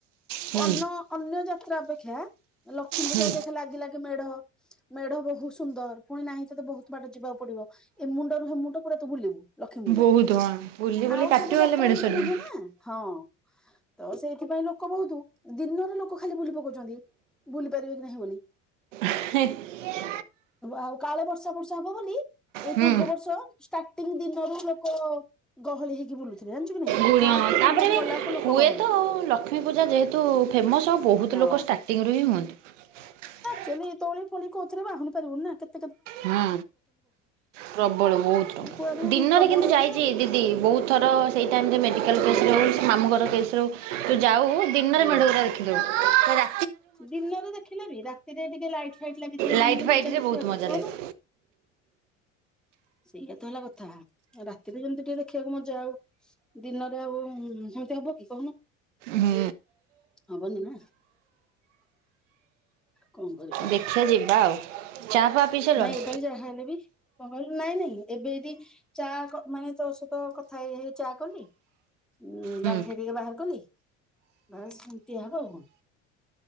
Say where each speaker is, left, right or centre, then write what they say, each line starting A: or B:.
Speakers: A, on the right (about 80°); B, in the centre.
A: ହୁଁ
B: ଅନ୍ୟ ଅନ୍ୟ ଜାତି। ଯା ଅପେକ୍ଷା ଲକ୍ଷ୍ମୀ ପୂଜାରେ
A: ହୁଁ
B: ଦେଖେ ଲାଗି ଲାଗି ମେଢ ମେଢ଼ ବହୁତ ସୁନ୍ଦର ପୁଣି ନାହିଁ ତୋତେ ବହୁତ ବାଟ ଯିବାକୁ ପଡିବ ଏ ମୁଣ୍ଡରୁ ସେ ମୁୁଣ୍ଡ ପୁରା ତୁ ବୁଲିବୁ। ଲକ୍ଷ୍ମୀ ପୂଜା
A: ବହୁତ ହଁ ବୁଲି ବୁଲି
B: ଆଉ
A: କାଟିବ
B: ସବୁ ଯାତ୍ରା
A: ହେଲେ ମେଢ
B: ଏମିତି
A: ସରିବନି।
B: ନୁହେଁ ନା ହଁ। ତ ସେଇଥିପାଇଁ ଲୋକ ବହୁତ ଦିନରେ ଲୋକ ଖାଲି ବୁଲି ପକଉଛନ୍ତି ବୁଲି ପାରିବେ କି ନାହିଁ ବୋଲି।
A: ହଁ।
B: ଆଉ କାଳେ ବର୍ଷା ବର୍ଷା ହବ ବୋଲି। ଏଇ
A: ହୁଁ
B: ପୂର୍ବ ବର୍ଷ। ଷ୍ଟାର୍ଟିଂ ଦିନରୁ ଲୋକ ଗହଳି ହେଇକି ବୁଲୁଥିଲେ ଜାଣିଛୁ କି ନାଇଁ
A: ଗୁଣି
B: ଫାଷ୍ଟ
A: ହଁ ତାପରେ
B: ଦିନ ବି ଗଲାକୁ ଲୋକ
A: ହୁଏ
B: ଗହଳି।
A: ତ ଲକ୍ଷ୍ମୀ ପୂଜା ଯେହେତୁ ଫେମସ୍ ଆଉ ବହୁତ
B: ହଁ
A: ଲୋକ ଷ୍ଟାର୍ଟିଂରୁ ହିଁ ହୁଅନ୍ତି।
B: ଚ ଏ ତଳି ଫୋଳି କହୁଥିଲେ ବା କର ନା କେ
A: ହୁଁ ପ୍ରବଳ ବହୁତ ଟଙ୍କା
B: କୁଆଡେ
A: ଦିନରେ
B: ପ୍ରବଳ
A: କିନ୍ତୁ ଯାଇଛି
B: ଇଏ
A: ଦିଦି ବହୁତ ଥର ସେଇଟାଇମ ମେଡିକାଲ କେସ ମାମୁ ଘର କେସ ରେ ହୁ ଯାଉ ଦିନରେ
B: ହଁ
A: ମେଢୁରେ ରଖିଦେଉ। ହେଲା।
B: ଦିନରେ ଦେଖିଲେ ବି ରାତିରେ ଟିକେ ଲାଇଟ୍ ଫାଇଟ୍ ଲାଗିଥିବ
A: ଲାଇଟ୍
B: ଯେମିତି
A: ଫାଇଟ୍ରେ
B: ମଜା ଦେଖିବାକୁ
A: ବହୁତ ମଜା
B: କହିନୁ
A: ଲାଗେ
B: ସେଇଆା ତ ହେଲା କଥା ରାତିରେ ଯେମିତି ଟିକେ ଦେଖିବାକୁ ମଜା ଆଉ ଦିନରେ ଆଉ ସେମିତି ହବ କି କହୁନ
A: ହୁଁ।
B: ହବନି ନା। କଣ କରିବା ଆଉ
A: ଦେଖିବା ଯିବା ଆଉ ଚା ଫା ପିଇ ସାରିଲଣି?
B: ନାଇଁ ଏଇ ପାଳି ଯାହା ହେଲେ ବି ନାଇଁ ନାଇଁ ଏବେଦି ଚା ମାନେ ତୋ ସହିତ କଥା ହେଇ ଚା କଲି। ଉଁ
A: ହୁଁ।
B: ଗାଣ୍ଠିଆ ଟିକେ ବାହାର କଲି। ବସ୍ ଏମିତିଆ ହବ ଆଉ କଣ।